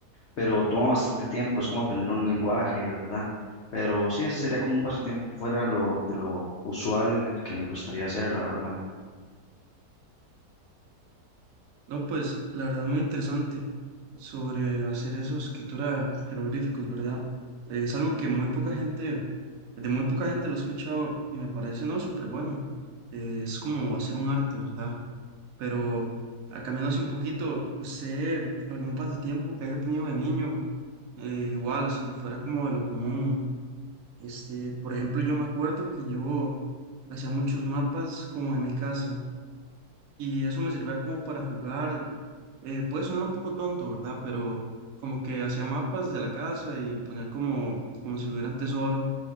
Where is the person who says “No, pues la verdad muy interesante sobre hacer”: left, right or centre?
Right